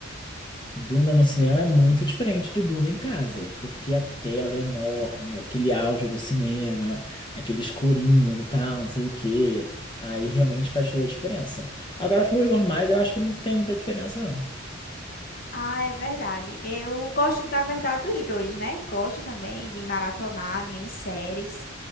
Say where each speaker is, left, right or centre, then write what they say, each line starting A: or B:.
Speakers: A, on the left; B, on the left.
A: Duna no cinema é muito diferente de Duna em casa, porque a tela é enorme, aquele áudio do cinema, aquele escurinho, tal, não sei o quê. Aí realmente faz toda a diferença. Agora, filmes normais, eu acho que não tem muita diferença, não.
B: Ah, é verdade. Eu gosto, da verdade, dos dois, né? Gosto também de maratonar minhas séries.